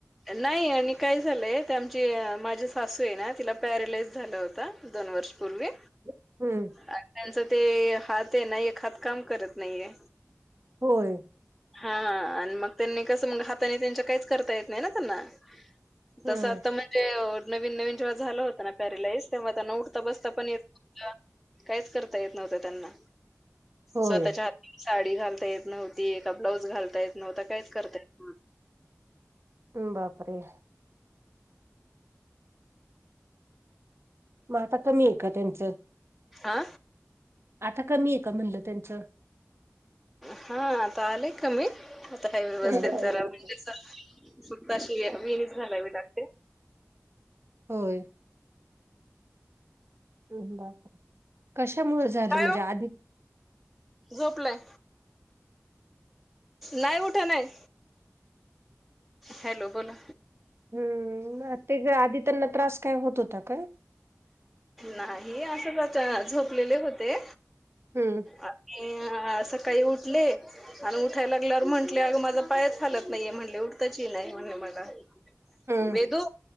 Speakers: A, in the centre; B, on the right.
A: नाही आणि काय झालंय ते आमची माझी सासू आहे ना तिला पॅरेलाइज झाला होता दोन वर्ष. पूर्वी
B: हम्म
A: त्यांच ते हात आहे ना एक हात काम करत नाहीय
B: होय.
A: हा, आणि मग त्यांनी कसं म हाताने त्यांच्या काहीच करता येत नाही ना त्यांना.
B: हम्म
A: तसं आता म्हणजे नवीन नवीन जेव्हा झालं होत ना पॅरिलाइज तेव्हा त्यांना उठ ''--'' त बसता पण येतनव्हत काहीच करता येत नव्हत त्यांना
B: होय
A: स्वतःच्या हात. साडी घालता येत नव्हती एका ब्लाऊज घालता येत नव्हता काहीच करता. येत
B: ''हं'' बापरे. मग आता कमी आहे का त्यांचं.
A: आ,
B: आता कमी आहे का म्हणलं त्यांचं.
A: हा, आता आलेय कमी हे व्यवस्थित
B: हम्म.
A: जरा सुताशी विहिणीच घलावी लागते.
B: होय. बर कशामुळे झालं
A: काय
B: म्हणजे
A: ओ
B: आधी.
A: झोपलाय. नाही उठ नाही. हॅलो बोला,
B: हम्म, ते आधी त्यांना त्रास काय होत होता काहय.
A: नाही असं कसं झोपलेले होते.
B: हम्म,
A: आणि सकाळी उठले. आणि उठायला लागल्यावर म्हटले अगं माझं पायच हालत नाहीये म्हणले उठताच नाही म्हणले मला.
B: हम्म
A: वेदू